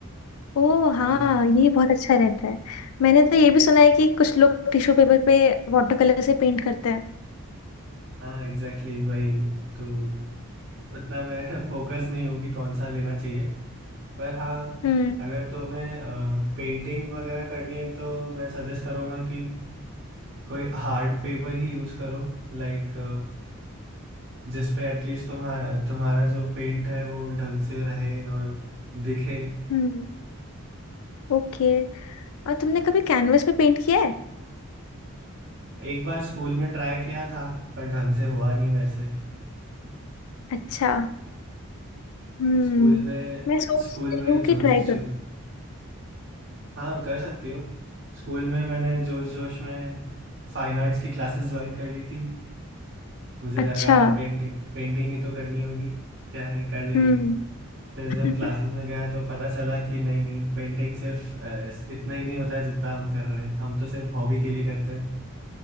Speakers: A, on the left; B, on the right.
A: ओ
B: <laughs>
A: हाँ
B: तो
A: ये बहुत अच्छा रहता है मैंने तो ये भी सुना है कि कुछ लोग टिश्यू पेपर पे वाटर कलर से पेंट करते हैं
B: हाँ एग्जैक्टली exactly वही तो उतना मैं <laughs> फोकस नहीं हूँ कि कौन सा लेना चाहिए पर हाँ
A: हम्म
B: अगर तुम्हें पेंटिंग वगैरह करनी है तो मैं सजेस्ट करूँगा कि कोई हार्ड पेपर ही यूज करो लाइक जिस पे एटलीस्ट तुम्हारा तुम्हारा जो पेंट है वो ढंग से रहे और दिखे
A: हम्म ओके और तुमने कभी कैनवस पे पेंट किया है
B: एक बार स्कूल में ट्राई किया था पर ढंग से हुआ नहीं मेरे से
A: अच्छा हम्म
B: स्कूल में
A: मैं सोच
B: स्कूल
A: रही
B: में
A: हूँ
B: जोश
A: कि ट्राई
B: जोश
A: करूँ
B: हाँ कर सकती हो स्कूल में मैंने जोश जोश में फाइन आर्ट्स की क्लासेस ज्वाइन कर ली थी मुझे
A: अच्छा
B: लगा पेंटिंग पेंटिंग ही तो करनी होगी क्या है कर लेंगे
A: हम्म
B: फिर
A: <laughs>
B: जब क्लासेस में गया तो पता चला कि नहीं नहीं पेंटिंग सिर्फ अ, इस- इतना ही नहीं होता है जितना हम कर रहे हैं हम तो सिर्फ हॉबी के लिए करते हैं